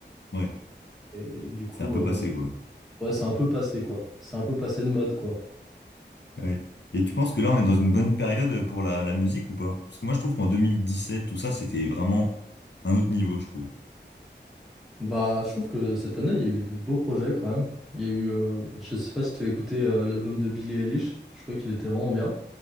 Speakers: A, on the left; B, in the centre.
A: Ouais,
B: et du coup,
A: c'est un peu
B: euh,
A: passé, quoi.
B: ouais, c'est un peu passé, quoi. C'est un peu passé de mode, quoi.
A: Ouais. Et tu penses que là, on est dans une bonne période pour la, la musique ou pas? Parce que moi, je trouve qu'en 2017, tout ça, c'était vraiment un autre niveau, je trouve.
B: Bah, je trouve que cette année, il y a eu de beaux projets quand même. Il y a eu, euh, je sais pas si tu as écouté euh, l'album de Billie Eilish, je trouvais qu'il était vraiment bien.